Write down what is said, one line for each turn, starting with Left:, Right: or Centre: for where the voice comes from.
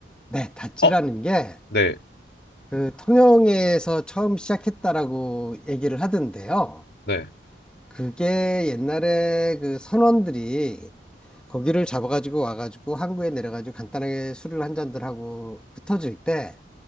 Centre: 네, 다찌라는
Left: 어,
Centre: 게
Left: 네,
Centre: 그 통영에서 처음 시작했다라고 얘기를 하던데요.
Left: 네,
Centre: 그게 옛날에 그 선원들이 거기를 잡아가지고 와가지고 항구에 내려가지고 간단하게 술을 한 잔들 하고 흩어질 때